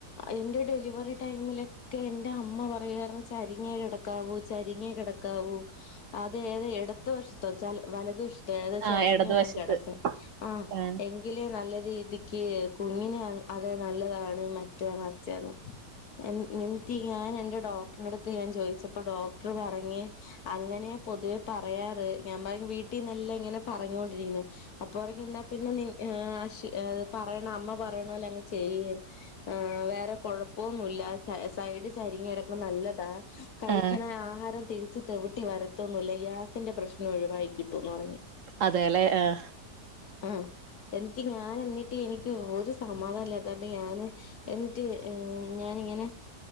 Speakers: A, on the left; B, on the right.
A: എന്റെ ഡെലിവറി ഡെലിവറി ടൈമിലൊക്കെ എന്റെ അമ്മ പറയുവായിരുന്നു ചരിഞ്ഞേ കിടക്കാവൂ ചരിഞ്ഞേ കിടക്കാവൂ അതെ ഏത ഇടത്ത് വശത്തോ വലതു വശത്തോ ഏതാ
B: ആ
A: ചരിഞ്ഞു
B: ഇടതുവശത്ത്
A: വേണം കിടക്കാൻ ആഹ്
B: ആ
A: എങ്കിലേ നല്ല അ രീതിക്ക് കുഞ്ഞിനെ അത് നല്ലതാണ് മറ്റ മറച്ചന്ന് എന്നിട്ട് ഞാൻ എന്റെ ഡോക്ടറിന്റെ അടുത്ത് ഞാൻ ചോദിച്ചപ്പോ ഡോക്ടർ പറഞ്ഞ് അങ്ങനെയാ പൊതുവെ പറയാറ് ഞാൻ പറ വീട്ടിൽന്നല്ലാം ഇങ്ങനെ പറഞ്ഞോണ്ടിരിക്കുന്നു അപ്പൊ ഉറങ്ങിന്നാൽ പിന്നെ <unintelligible> ശ പറയണ അമ്മ പറയണപോലെ അങ്ങ് ചെയ്യേ വേറെ കുഴപ്പൊന്നല്ല സൈഡ് ചെരി ഇരിങ്ങിടക്ക് നല്ലതാ കഴിക്കണ
B: ആ
A: ആഹാരം തിരിച് തെവിട്ടി വരത്തൊന്നില്ല ഗ്യാസിന്റെ പ്രശ്നം ഒഴിവായി കിട്ടന്ന് പറഞ്ഞു
B: അതെല്ലേ ആഹ
A: ആഹ എന്നിട്ട് ഞാൻ എന്നിട്ട് എനിക്ക് ഒരു സമാധാനംല്ലാതാണ്ട് ഞാാന് എന്നിട്ട് ഞാൻ ഇങ്ങനെ